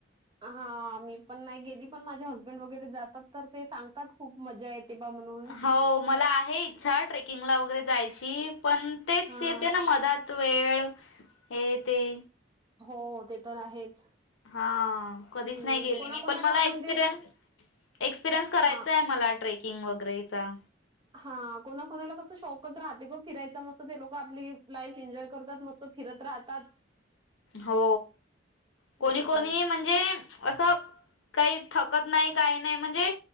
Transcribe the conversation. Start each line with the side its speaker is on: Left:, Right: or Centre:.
Right: हा मी पण नाही गेली पण माझे हसबंड वगैरे जातात तर ते सांगतात खूप मजा येत ते बा मनुज
Left: हो मला आहे इच्छा ट्रेकिंगला वगैरे जायची पण तेच
Right: हां.
Left: येते ना मधात. वेळ हे ते.
Right: हो ते तर आहेच.
Left: हा कधीच
Right: हं,
Left: नाही गेली
Right: कोणाकोणाला
Left: मी पण मला
Right: म्हणजे
Left: एक्सपिरियन्स एक्सपिरियन्स करायचा
Right: हां.
Left: आहे मला ट्रेकिंग वगैरेचा
Right: हा कोणा कोणाला कस शॉकच राहते ग फिरायचा मस्त ते लोक आपली लाईफ एन्जॉय करतात मस्त. फिरत राहतात.
Left: हो कोणी
Right: नाही
Left: कोणी
Right: का?
Left: म्हणजे असं काही थकत नाही काही नाही म्हणजे